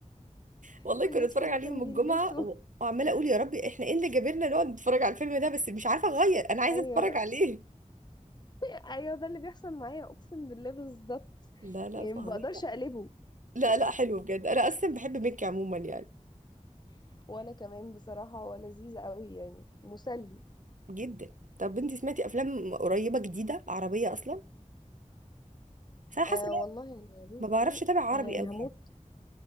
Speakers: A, on the right; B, on the left.
A: والله
B: واللبس
A: كنا نتفرج
B: اللي
A: عليه
B: كان
A: يوم
B: بيلبسه
A: الجمعه و- وعماله اقول يا ربي احنا ايه اللي جابرنا نقعد نتفرج على الفيلم ده بس مش عارفه اغير انا عايزه
B: ايوه
A: اتفرج عليه
B: ايوه ده اللي بيحصل معايا اقسم بالله بالظبط
A: لا لا
B: يعني
A: فظيع
B: ما بقدرش اقلبه
A: لا لا حلو بجد انا اصلا بحب ميكي عموما يعني
B: <laughs> وانا كمان بصراحة هو لذيذ قوي يعني مسلي
A: جدا طب انتي سمعتي افلام قريبه جديده عربيه اصلا بس انا حاسه
B: آه
A: إن أنا
B: والله انا يا بنتي
A: ما بعرفش اتابع عربي
B: آه يعني
A: قوي
B: هموت
A: يعني